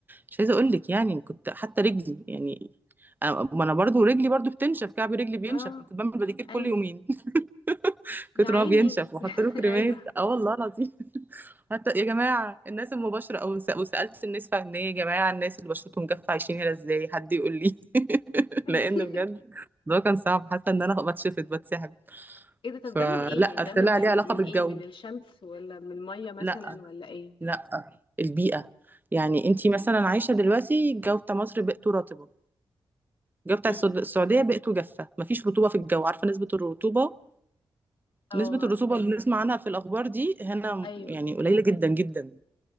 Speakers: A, on the right (about 20°); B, on the left (about 60°).
A: مش عايزه اقول لك يعني كنت حتى رجلي يعني أنا- ما انا برضو رجلي برضو بتنشف كعب رجلي بينشف
B: اه
A: انا كنت بعمل بديكير كل
B: ايوه
A: يومين <laughs>
B: يا
A: كتر
B: عيني
A: ما هو بينشف واحط
B: <laughs>
A: له كريمات
B: ايوه
A: اه والله العظيم حتى يا جماعة الناس المباشرة أو س- وسألت الناس فعلا يا جماعة الناس اللي بشرتهم جافة عايشين هنا ازاي حد يقول لي <laughs>
B: <laughs>
A: لأن بجد ده كان صعب حتى إن أنا بتشفط بتسحب
B: ايه ده طب
A: فلا
B: ده من ايه يعني ده من
A: طلع
B: ال...
A: ليه علاقة
B: من
A: بالجو
B: ايه من الشمس ولا من الميه مثلا
A: لا
B: ولا ايه
A: لا البيئة يعني أنتي مثلا عايشة دلوقتي الجو بتاع مصر بيئته رطبة الجو بتاع
B: امم
A: السعود- السعودية بيئته جافة مفيش رطوبة في الجو عارفة نسبة الرطوبة
B: اه
A: نسبة
B: عارفاه
A: الرطوبة اللي بنسمع عنها في الأخبار دي هنا
B: ايوه
A: يعني قليلة جدا جدا